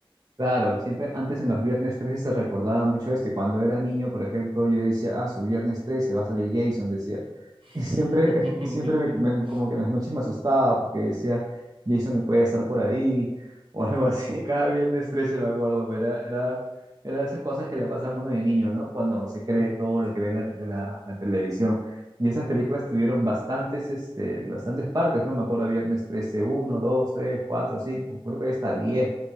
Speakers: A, on the right; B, on the right.
A: Claro, siempre antes en los viernes trece se recordaba mucho esto. y Cuando era niño, por ejemplo, yo decía, ah, su viernes trece va a salir Jason, decía.
B: <laughs>
A: Y siempre, <laughs> y siempre me, me- como que en las noches me asustaba porque decía, Jason puede estar por ahí <laughs> o algo así. <laughs> Cada viernes trece me acuerdo, pero era, era, era de esas cosas que le pasan a uno de niño, ¿no? Cuando se cree
B: Mm,
A: todo lo
B: Sí,
A: que ve en
B: tiene
A: la, en
B: razón.
A: la, la televisión. Y esas películas tuvieron bastantes, este, bastantes partes, ¿no? Me acuerdo viernes trece uno, dos, tres, cuatro, cinco, creo que hay hasta 10,